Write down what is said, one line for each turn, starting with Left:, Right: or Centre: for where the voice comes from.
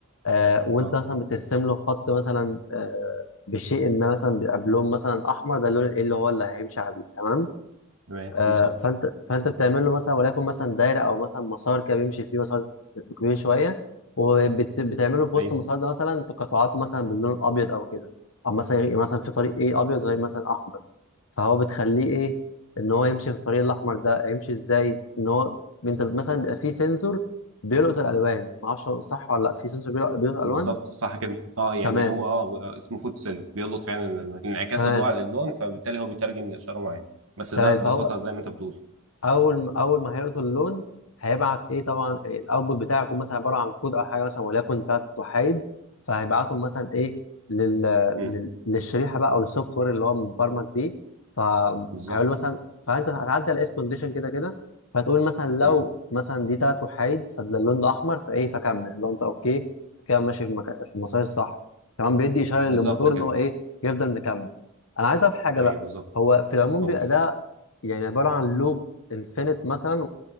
Left: آه وانت
Right: اه
Left: مثلا بترسم له خط مثلا آه بشيء ما مثلا بيبقى بلون مثلا احمر ده اللون ايه اللي هو اللي هيمشي عليه تمام
Right: تمام
Left: آه
Right: بالظبط
Left: فانت فانت بتعمل له مثلا وليكن مثلا دايره او مثلا مسار كده بيمشي فيه مسار كبير شويه وبتعمل له في وسط
Right: ايوه
Left: المسار ده مثلا تقاطعات مثلا باللون الابيض او كده او مثلا مثلا في طريق ايه ابيض غير مثلا احمر فهو بتخليه ايه ان هو يمشي في الطريق الاحمر ده هيمشي ازاي ان هو انت مثلا بيبقى فيه سنسور بيلقط الالوان ما اعرفش صح ولا لا في سنسور بيلقط بيلقط الالوان
Right: بالظبط صح كده اه يعني
Left: تمام
Right: هو اه اسمه فوتوسيل بيلقط فعلا الألوان. انعكاس
Left: تمام
Right: الضوء على اللون فبالتالي هو بيترجم لاشاره معينه بس
Left: تمام
Right: ده ببساطه
Left: فهو
Right: زي ما انت بتقول
Left: اول اول ما هيقرا اللون هيبعت ايه طبعا إيه الاوتبوت بتاعه يكون مثلا عباره عن كود او حاجه مثلا وليكن ثلاث وحيد فهيبعتهم مثلا ايه لل...
Right: مم،
Left: لل... للشريحه بقى او للسوفت وير اللي هو مبرمج بيه فهيقول
Right: بالظبط
Left: له مثلا فانت هتعدي على اف كونديشن كده كده فتقول مثلا لو
Right: مم.
Left: مثلا دي ثلاث وحيد فاللون ده احمر فايه فكمل لو انت اوكي كده ماشي في, مكان في المسار الصح كمان بيدي اشاره
Right: بالظبط
Left: للموتور
Right: كده
Left: ان هو ايه يفضل مكمل انا عايز اعرف حاجه
Right: ايوه
Left: بقى
Right: بالظبط
Left: هو في العموم
Right: قول
Left: بيبقى ده يعني عباره عن لوب الفينت مثلا